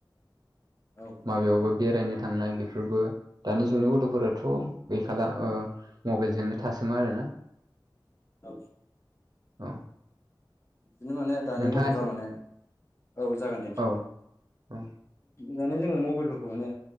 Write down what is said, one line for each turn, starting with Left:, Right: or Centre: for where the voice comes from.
Left: औ नोंथां
Right: माबायावबो बेरायनो थांनाय बेफोरबो दानि जुगनि गथ'फोराथ' गैखाला मबाइलजोंनो थासोमो आरोना
Left: औ
Right: औ
Left: बिदिनो माने दानि
Right: नोंथाङा
Left: गथ'फ्रा
Right: एसे
Left: माने औ जागोन दे नोंथां
Right: औ औ
Left: दाने जोङो मबाइलफोरखौ माने